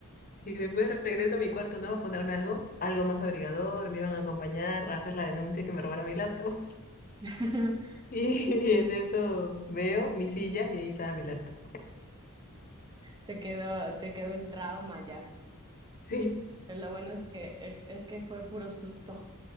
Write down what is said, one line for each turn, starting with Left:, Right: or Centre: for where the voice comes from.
Left: Y después regreso a mi cuarto, ¿no? A ponerme algo, algo más abrigador, me iban a acompañar a hacer la denuncia que me robaron mi laptop. <laughs>
Right: <laughs>
Left: Y, y en eso veo mi silla y ahí estaba mi laptop.
Right: Te quedó, te quedó el trauma ya.
Left: Sí,
Right: Pero lo bueno es que e, es que fue puro susto